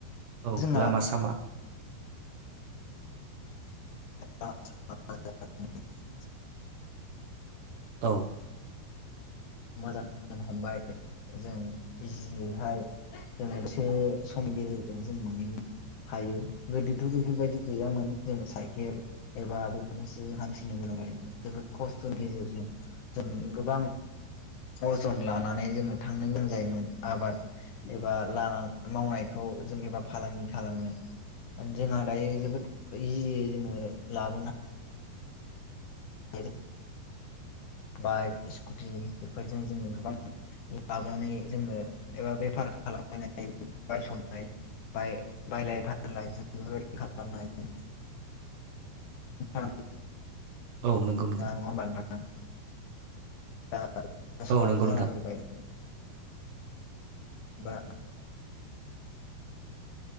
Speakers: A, on the right; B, on the left.
A: औ
B: जोंहा
A: लामा सामा।
B: <unintelligible>
A: औ।
B: मोजां <unintelligible> हमबाय जों इजिहायैहाय जों मोनसे समनि गेजेरजों मोनहैयो हायो गोदोथ' बेफोरबायदि गैयामोन जेन साइकेल एबा बेफोरजोंसो हान्थिनो गोनां जायोमोन जोबोद खस्थ'नि गेजेरजों जों गोबां अजन लानानै जोङो थांनो गोनां जायोमोन आबाद एबा लाना मावनायखौ जों एबा फालांगि खालामनो <unintelligible> दायो जोबोद इजियै जोङो लाबोनो <unintelligible> बाइक स्कुटि बेफोरजों जोङो गोबां लाबोनानै जोङो एबा बेफार खालामनाय <unintelligible> बाय बालाय फानलाय जों बेफोरबायदि खालामनो हायोमोन <unintelligible>
A: औ नोंगौ नोंथां।
B: नङा ओमबा नोंथां दा
A: औ
B: समाबो
A: नंगौ
B: जाना
A: नोंथां
B: फैबाय। <unintelligible>